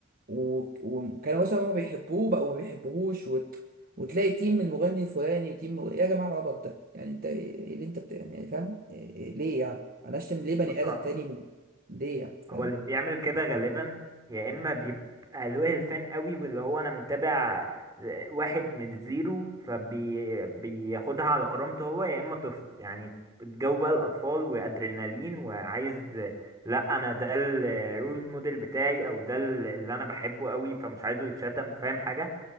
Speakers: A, on the right (about 40°); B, on the right (about 15°).
A: و- وكانوا مثلا هما بيحبوه بقوا ما بيحبوهوش وت... وتلاقي تيم من المغني الفلاني وتيم من... ايه يا جماعه العبط ده يعني انت ايه إيه اللي انت بت... يعني إيه، فاهم إيه... إيه... ليه يعني انا اشتم ليه بني
B: بص
A: ادم تاني ب... ليه يعني
B: هو
A: فاهم
B: اللي بيعمل كده غالبا يا اما بيبقى له الفان قوي واللي هو انا متابع واحد من زيرو فبياخدها على كرامته هو يا اما طفل يعني الجو بقى الاطفال وادرينالين وعايز لا انا ده الرول موديل بتاعي او ده اللي انا بحبه قوي فمش عايزه يتشتم فاهم حاجة